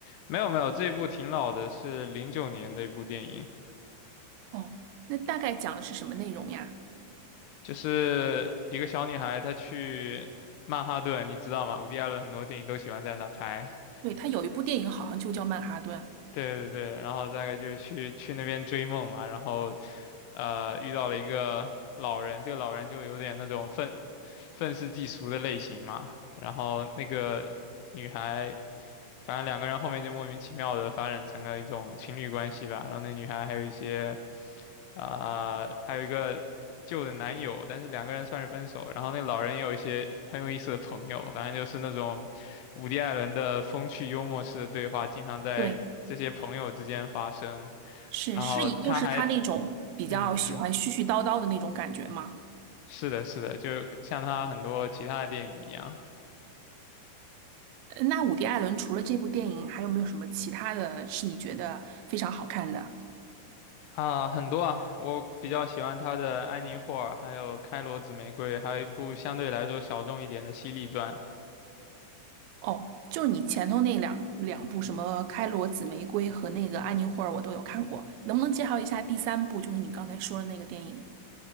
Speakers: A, on the left; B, on the right.
A: 没有没有，这部挺老的，是零九年的一部电影，
B: 哦，那大概讲的是什么内容呀？
A: 就是一个小女孩她去曼哈顿，你知道吗？伍迪·艾伦很多电影都喜欢在那拍。
B: 对，他有一部电影好像就叫《曼哈顿》，
A: 对对对，然后大概就是去去那边追梦嘛，然后呃，遇到了一个老人，这个老人就有点那种愤愤世嫉俗的类型嘛。然后那个女孩，反正两个人后面就莫名其妙的发展成了一种情侣关系吧。然后那女孩还有一些啊、呃还有一个旧的男友，但是两个人算是分手。然后那老人也有一些很有意思的朋友，反正就是那种伍迪·艾伦的风趣幽默式的对话，经常在这些朋友之间发生。
B: 对，是是以，
A: 然后他还，
B: 又是他那种比较喜欢絮絮叨叨的那种感觉吗？
A: 嗯嗯。是的，是的，就像他很多其他的电影一样
B: 呃那伍迪·艾伦除了这部电影，还有没有什么其他的是你觉得非常好看的？
A: 啊，很多啊，我比较喜欢他的《安妮霍尔》，还有《开罗紫玫瑰》，还有一部相对来说小众一点的《犀利传》
B: 哦，就是你前头那两两部什么《开罗紫玫瑰》和那个《安妮霍尔》，我都有看过。能不能介绍一下第三部，就是你刚才说的那个电影？